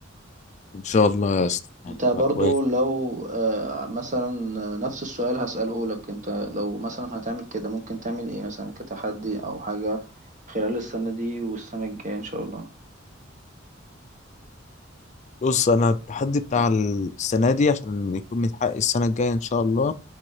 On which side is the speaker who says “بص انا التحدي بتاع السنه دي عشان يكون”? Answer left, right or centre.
Left